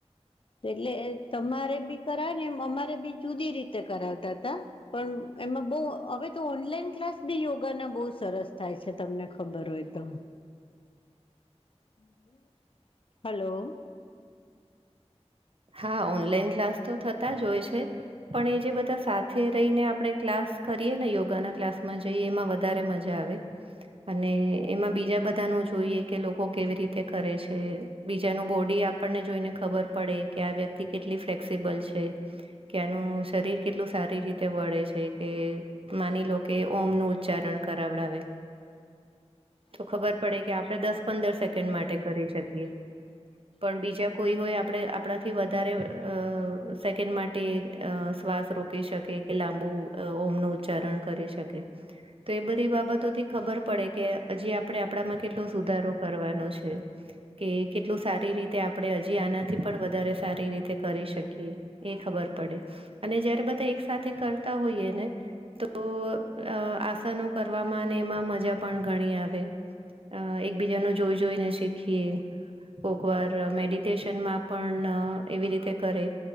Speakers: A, on the left; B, on the right.
A: એટલે તમારે બી કરાવે ને એમ અમારે બી જુદી રીતે કરાવતાતા પણ એમાં બવ હવે તો ઓનલાઈન ક્લાસ બી યોગાના બહુ સરસ થાય છે તમને ખબર હોય તો <unintelligible> હલો
B: હા ઓનલાઈન ક્લાસ તો થતા જ હોય છે. પણ એ જે બધાં સાથે રહીને આપડે ક્લાસ કરીએ ને યોગાના ક્લાસ માં જઈએ એમાં વધારે મજા આવે અને એમાં બીજા બધાંનું જોઈએ કે લોકો કેવી રીતે કરે છે. બીજાનું બોડી આપણને જોઈને ખબર પડે કે આ વ્યક્તિ કેટલી ફ્લેક્સિબલ છે. કે એનું શરીર કેટલું સારી રીતે વળે છે. કે માની લો કે ઓમ નું ઉચ્ચારણ કરાવડાવે
A: <unintelligible>
B: ખબર પડે કે આપણે દસ પંદર સેકન્ડ માટે કરી શકીએ. પણ બીજા કોઈ હોય આપણે આપણાથી વધારે અ સેકન્ડ માટે અ શ્વાસ રોકી શકે કે લાંબું અ ઓમનું ઉચ્ચારણ કરી શકે‌. તો એ બધી બાબતોથી ખબર પડે કે હજી આપણે આપડામાં કેટલો સુધારો કરવાનો છે. કે કેટલું સારી રીતે આપણે હજી આના થી પણ વધારે સારી રીતે કરી શકીએ એ ખબર પડે. અને જયારે બધાં એક સાથે કરતાં હોઈએ ને તો અ આસનો કરવામાં અને એમાં મજા પણ ઘણી આવે. અ એકબીજાનું જોઈ જોઈને શીખીએ કોક વાર મેડિટેશનમાં પણ એવી રીતે કરે